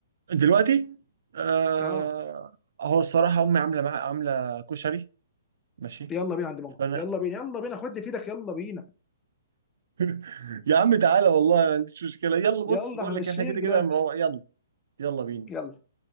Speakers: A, on the right; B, on the left.
A: دلوقتي آه
B: اه
A: هو الصراحه امي عامله مع... عامله كشري ماشي
B: يلا بينا عند ماما
A: فانا
B: يلا بينا يلا بينا خد في ايدك يلا بينا
A: <laughs> يا عم تعالى والله ما عنديش مشكله يلا
B: يلا
A: بص بقول
B: احنا ماشيين
A: لك احنا كده
B: دلوقتي
A: كده مروق يلا يلا بينا
B: يلا